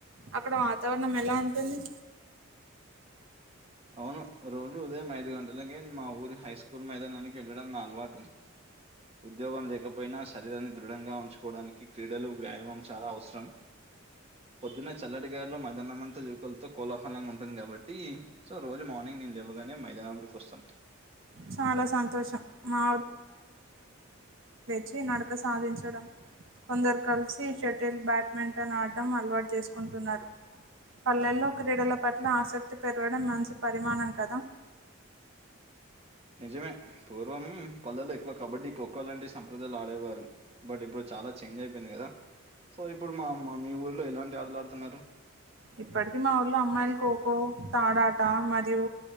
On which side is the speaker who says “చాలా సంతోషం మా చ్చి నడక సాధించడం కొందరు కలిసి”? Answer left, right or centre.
Right